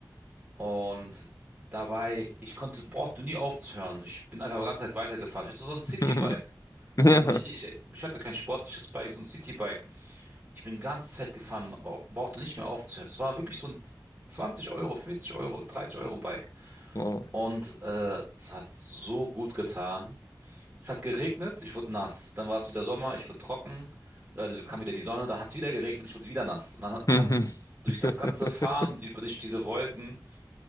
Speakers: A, on the right (about 20°); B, on the left (about 50°).
A: Und dabei, ich konnte, brauchte nie aufzuhören. Ich bin einfach die ganze Zeit weitergefahren. Ich hatte so ein Citybike.
B: <laughs> Ja.
A: So ein richtig, ich hatte kein sportliches Bike, so ein Citybike. Ich bin die ganze Zeit gefahren, bra- brauchte nicht mehr aufzuhören. Es war wirklich so ein 20 Euro, 40 Euro, 30 Euro Bike.
B: Wow.
A: Und äh, es hat so gut getan. Es hat geregnet, ich wurde nass. Dann war es wieder Sommer, ich wurde trocken. Also kam wieder die Sonne, dann hat es wieder geregnet, ich wurde wieder nass. Und dann hat
B: Mhm.
A: durch
B: <laughs>
A: das ganze Fahren, über durch diese Wolken,